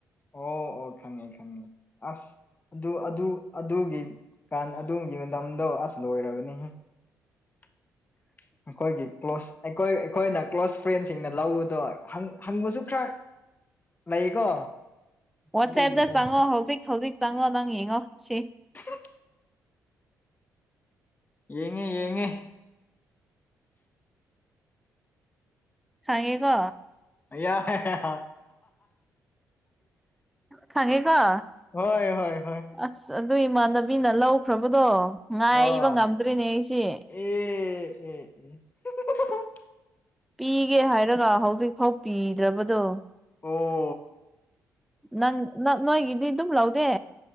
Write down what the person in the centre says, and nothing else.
ꯋꯥꯆꯦꯞꯇ
ꯆꯪꯉꯣ ꯍꯧꯖꯤꯛ ꯍꯧꯖꯤꯛ ꯆꯪꯉꯣ ꯅꯪ ꯌꯦꯡꯉꯣ ꯁꯤ
ꯁꯥꯡꯉꯦꯒꯣ
ꯈꯉꯦ ꯀꯣ
ꯑꯁ ꯑꯗꯨ ꯏꯃꯥꯟꯅꯕꯤꯅ ꯂꯧꯈ꯭ꯔꯕꯗꯣ ꯉꯥꯏꯕ
ꯉꯝꯗ꯭ꯔꯤꯅꯦ ꯑꯩꯁꯦ
ꯄꯤꯒꯦ ꯍꯥꯏꯔꯒ ꯍꯧꯖꯤꯛ ꯐꯥꯎ ꯄꯤꯗ꯭ꯔꯕꯗꯣ
ꯅꯪ ꯅ ꯅꯣꯏ ꯏꯗꯤ ꯑꯗꯨꯝ ꯂꯥꯎꯗꯦ